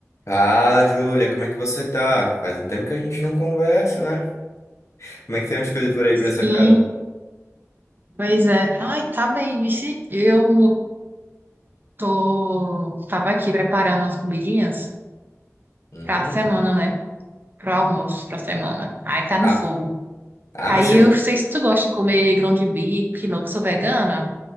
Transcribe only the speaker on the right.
Sim,
pois é. Ai, tá bem, vixe. Eu tô, tava aqui preparando as comidinhas
pra semana, né? Pro almoço, pra semana. Aí tá no
fogo.
Aí
eu
sei se tu gosta de comer grão de bico, quinoa, que eu sou vegana.